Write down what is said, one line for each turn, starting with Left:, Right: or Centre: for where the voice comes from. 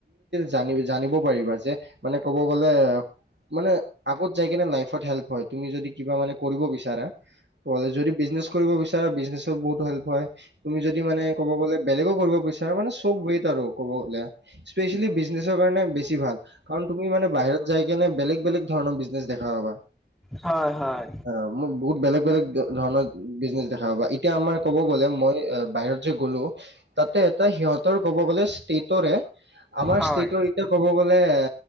Right: জানি জানিব পাৰিবা যে মানে ক'ব গ'লে মানে আগত জাই কেনে লাইফট হেল্প হয় তুমি যদি কিবা মানে কৰিব বিচৰা যদি বিজনেছ কৰিব বিচ বিজনেছত বহুত হেল্প হয়, তুমি যদি মানে কব গলে বেলেগে কৰিব বিচাৰে মানে চব ৱেত আৰু ক'ব গ'লে স্পেচিয়েলি বিজনেছৰ কাৰণে বেছি ভাল কাৰণ তুমি মানে বাহিৰত যাই কেনে বেলেগ বেলেগ ধৰণৰ বিজনেছ দেখা পাবা,
Centre: হয় হয়
Right: অ মো বহুত বেলেগ বেলেগ ধৰণৰ বিজনেচ দেখ এতিয়া আমাৰ ক'ব গ'লে মই বাহিৰত যে গলোঁ তাতে এটা সিহঁতৰ ক'ব গ'লে ষ্টেটৰে আমাৰ
Centre: হয়
Right: ষ্টেটৰ ৰে ক'ব গ'লে এ